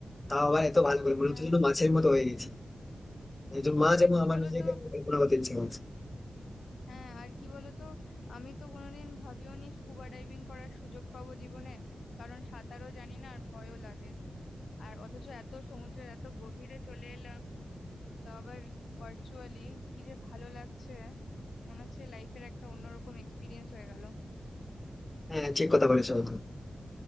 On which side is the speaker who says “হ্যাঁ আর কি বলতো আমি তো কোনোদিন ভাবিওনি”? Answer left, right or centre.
Left